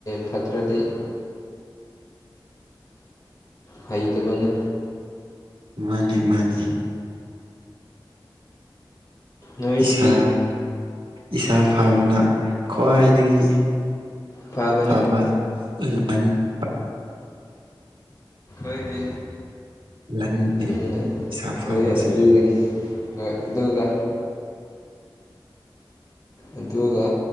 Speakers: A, on the left; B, on the right.
A: ꯐꯠꯇ꯭ꯔꯗꯤ <unintelligible> ꯍꯩꯇꯕꯅꯤ
B: ꯃꯥꯅꯦ ꯃꯥꯅꯦ
A: ꯅꯣꯏꯗꯤ
B: ꯏꯁꯥ ꯏꯁꯥ ꯐꯥꯕꯅ ꯈ꯭ꯋꯥꯏꯗꯒꯤ
A: ꯐꯕꯅꯤ
B: ꯄꯕꯕ
A: ꯣꯏꯒꯤ
B: ꯂꯟꯅꯦ
A: ꯎꯝ
B: ꯏꯁꯥ
A: ꯍꯣꯏꯣꯏ
B: ꯐꯕꯁꯦ
A: ꯑꯗꯨꯒꯤꯅꯤ ꯑ ꯑꯗꯨꯒꯒ ꯑꯗꯨꯒ